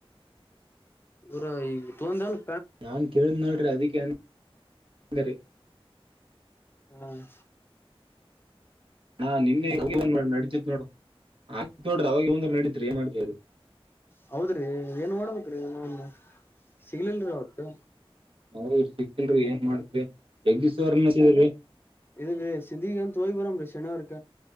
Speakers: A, on the left (about 20°); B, on the right (about 60°).
A: ಇರ ಈಗ ತೊಂಡೆಲ್ಲ.
B: ನಾನ್ ಕೇಳ್ದ್ ಅಲ್ರೀ ಅದಿಕ್ಕೆ ಅದರಿ
A: ಹ್ಮ್.
B: ಹಾ ನಿನ್ನೆ ನಡತಿತ್ ನೋಡ್ರ ಆತ್ ನೋಡ್ರಿ ಅವಾಗ ಒಂದ್ರ ನಡೀತ್ರಿ ಏ ಮಾಡ್ತಿವಿ
A: ಹೌದ್ರಿ ಏನ್ ಮಾಡ್ಬೇಕ್ರೀ ನೌನ್ ಸಿಗ್ಲಲ್ರರಿ ಅವತ್ತು.
B: ನಾವ ಸಿಕ್ಕಿಲ್ರರಿ ಏನ್ ಮಾಡ್ತ್ರಿ. <unintelligible>
A: ಈ ಸಿಂದಗಿಗಂತಾ ಹೋಗಿಬರಮ್ರೀ. ಶನಿವಾರಕ,